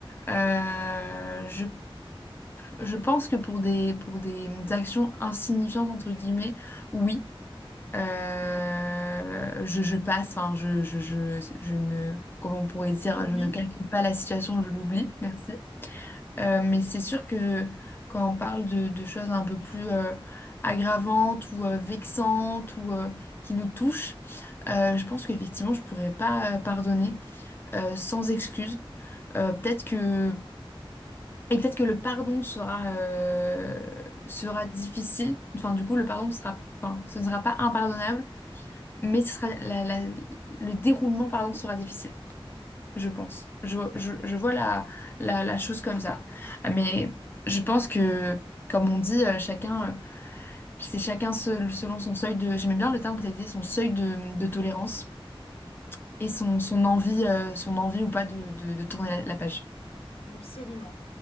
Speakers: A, on the left; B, on the left.
A: Euh, je Je pense que pour des, pour des actions insignifiantes, entre guillemets, oui, euh, je, je passe, enfin, je, je, je, je ne, comment on pourrait dire,
B: Tu oublies?
A: je ne calcule pas la situation, je l'oublie,
B: Hmm,
A: merci. Euh, mais c'est sûr que quand on parle de, de choses un peu plus euh, aggravantes ou euh, vexantes ou euh, qui nous touchent, euh, je pense qu'effectivement, je pourrais pas euh, pardonner euh, sans excuse. Euh, peut-être que et peut-être que le pardon sera, euh, sera difficile. Enfin, du coup, le pardon sera, enfin, ce ne sera pas impardonnable, mais ce sera la- la- le déroulement, pardon, sera difficile, je pense. Je, je, je vois la, la, la chose comme ça. Mais je pense que, comme on dit, euh, chacun, euh, c'est chacun seul- selon son seuil de, j'aimais bien le terme que tu as dit, son seuil de, de tolérance et son, son envie, euh, son envie ou pas de, de, de tourner la la page.
B: Absolument.